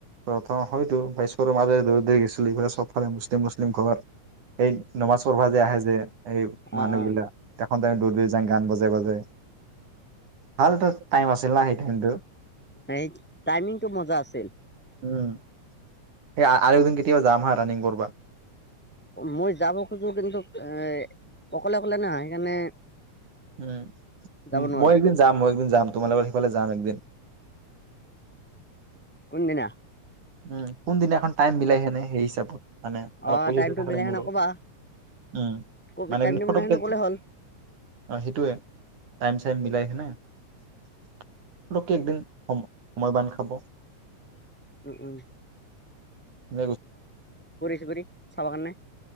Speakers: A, on the right; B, in the centre.
A: প্ৰথম হয়তো, ভইসকৰৰ মাজৰে দৌৰি দৌৰি গৈছিলো এইফালে চবফালে মুছলিম মুছলিম ঘৰত এই নমাজ পঢ়বা যে আহে যে সেই
B: অ
A: মানুহগিলা
B: অ
A: তা দৌৰ দৌৰি যাঙ, গান বজাই বজাই ভালটা টাইম আছিল না সেই টাইমটো
B: এই টাইমিংটো মজা আছিল।
A: উম',। হে অ আৰু এদিন কেতিয়াবা যাম হা ৰানিং কৰবা।
B: মই যাব খোজোঁ, কিন্তু এ অকলে অকলে নহয় সেইকাৰণে
A: উম ',
B: যাব
A: ম
B: নোৱাৰো
A: মই একদিন যাম মই একদিন যাম তোমালো সেইফালে যায় একদিন।
B: কোনদিনা?
A: উম! কোনদিনা এখন টাইম মিলাই হেনে সেই হিচাপত মানে অলপ
B: অ
A: ফটক
B: টাইমটো
A: কে থাকিলে
B: মিলাই
A: মোৰ
B: সেনে
A: লগত
B: কবা
A: উম
B: ক
A: মানে
B: টাইম
A: মোৰ
B: টেবুল
A: ফতপ
B: নাখানে
A: কে
B: ক'লে হ'ল
A: সেইটোৱে টাইম মিলাই হেনে <unintelligible> পতককে একদিন সম-সময় বান্ধ খাব।
B: উম-উম!
A: <unintelligible>
B: চুখুৰী চাব কাৰণে